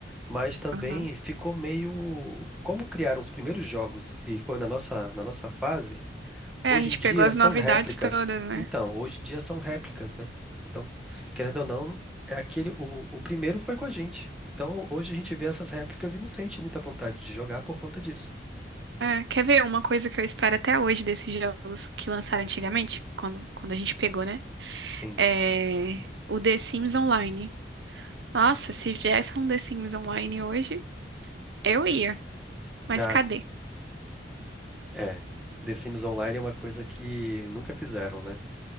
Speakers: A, in the centre; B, on the right.
A: Mas também
B: Aham.
A: ficou meio. Como criaram os primeiros jogos e foi na nossa, na nossa fase,
B: É,
A: hoje
B: a gente
A: em dia
B: pegou as
A: são
B: novidades
A: réplicas.
B: todas, né?
A: Então, hoje em dia são réplicas, né? Então, querendo ou não, é aquele. O, o primeiro foi com a gente. Então, hoje a gente vê essas réplicas e não sente muita vontade de jogar por conta disso.
B: É, quer ver uma coisa que eu espero até hoje desses jogos que lançaram antigamente, quando, quando a gente pegou, né?
A: Sim.
B: É o The Sims Online. Nossa, se viesse um The Sims Online hoje, eu ia. Mas
A: Ah.
B: cadê?
A: É, The Sims Online é uma coisa que nunca fizeram, né?